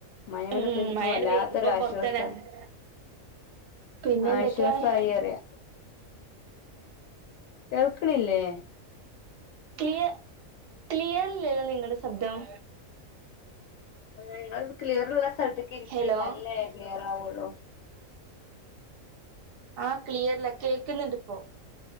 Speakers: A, on the left (about 70°); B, on the right (about 55°).
A: മഴ ഇങ്ങട്
B: ഉം
A: പെയ്തപ്പോ
B: മഴാണ്ട്
A: വല്ലാത്തൊരു
B: പെയ്തപ്പോ
A: ആശ്വാസാ
B: പൊറത്താണ്ട് എറങ്ങി പിന്നെ എന്തൊക്കെയാണ്
A: ആശ്വാസായി അറിയാ. കേൾക്ക്‌ണില്ലേ
B: ക്ലിയ ക്ലിയർ ഇല്ലല്ലോ നിങ്ങടെ ശബ്ദം
A: നിങ്ങള് ക്ലിയറുള്ള സ്ഥലത്തിക്ക്‌ ഇരിക്കി
B: ഹലോ
A: ഇന്നാലല്ലേ ക്ലിയർ ആവൊള്ളൂ
B: ആ ക്ലിയറില്ല കേക്കുന്ന്ണ്ട്പ്പോ